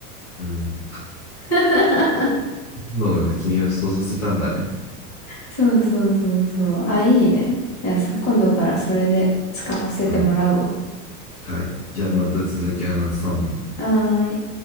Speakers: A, on the left (about 80°); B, on the left (about 35°).
A: うん。
B: <laughs>
A: のがね君をそうさせたんだね。
B: そうそうそうそう。あ、いいね。いや、そ今度からそれで使わせてもらうわ。
A: うん。はい。じゃあまた続き話そうね。
B: はーい。